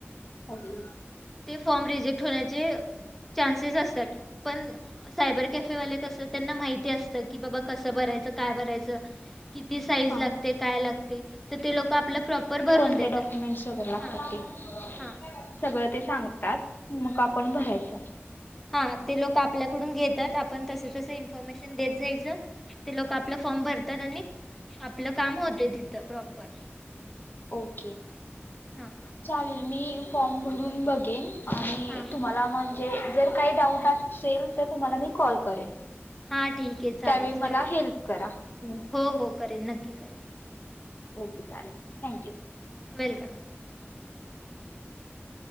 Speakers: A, on the left (about 50°); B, in the centre.
A: ओके
B: ते फॉर्म रिजेक्ट होण्याचे चान्सेस असत्यात. पण सायबर कॅफेवाले कसं त्यांना माहित ती असत कि बाबा कसं भरायचं, काय भरायचं, किती साईज
A: हा
B: लागते, काय लागते तर ते लोक आपला प्रॉपर भरून
A: कोणते
B: देतात
A: डॉक्युमेंट्स वगैरे लागतात
B: हा
A: ते
B: हा
A: सगळं ते सांगतात मग आपण भरायच
B: हा ते लोक आपल्याकडून घेतात आपण तस तस इं फॉर्मेशन देत जायच ते लोक का आपला फॉर्म भरतात आणि आपलं काम होतंय तिथं प्रॉपर
A: ओके
B: हां
A: चालेल मी फॉम भ रून बघेन आणि
B: हां
A: तुम्हाला म्हणजे जर काही डाऊट असेल तर तुम्हाला मी कॉल करेन.
B: हा ठीके चालेल
A: त्यावेळी
B: चालेल
A: मला हेल्प करा तुम्ही
B: हो हो करेल नक्की करेल.
A: ओके चालेल. Thank you
B: welcome
A: <inaudible>